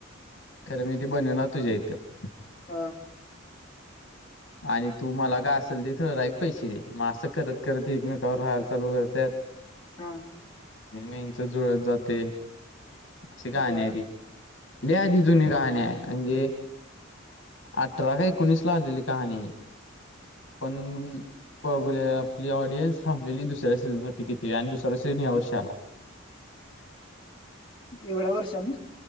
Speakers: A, on the left; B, on the left.
A: खरं मी ती बनवणार तुझ्या इथं
B: हा
A: आणि तू मला काय असेल ते थरराक पैसे दे मग असं करत करत एकमेकावर राहायला चालू करतत
B: हा
A: आणि मेंच जुळत जाते अशी कहाणी
B: बरं
A: आहे ती लआधी जुनी गहाणी आहे म्हणजे अठरा का एकोणीस ला आलेली कहाणी पण पले आपली ऑडियन्स थांबलेली दुसऱ्या सीझन सासाठी किती आणि दुसरा सिझन या वर्षी आला
B: एवढ्या वर्षानी